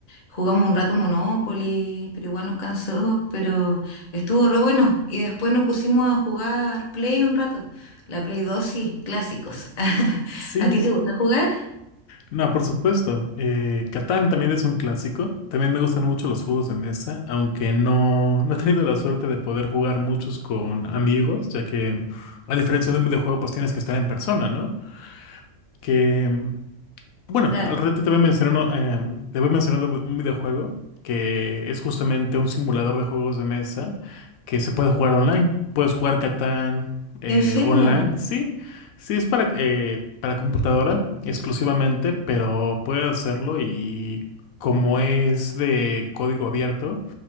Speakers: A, on the left (about 35°); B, on the left (about 85°).
A: jugamos un rato Monopoly, pero igual nos cansó, pero estuvo re bueno. Y después nos pusimos a jugar Play un rato. La Play 2 sí, clásicos. <laughs>
B: sí,
A: ¿A ti
B: sí.
A: te gusta jugar?
B: No, por supuesto. Eh, Catán también es un clásico. También me gustan mucho los juegos de mesa, aunque no, no he tenido la suerte de poder jugar muchos con amigos, ya que a diferencia de un videojuego, pues tienes que estar en persona, ¿no? Que mm, Bueno,
A: Claro.
B: al rato te voy a mencionar, uno, eh, te voy a mencionar de un videojuego que es justamente un simulador de juegos de mesa que se puede jugar online. Puedes jugar Catán eh,
A: ¿En serio?
B: online. Sí, sí es para, eh, para computadora exclusivamente, pero puedes hacerlo y como es de código abierto,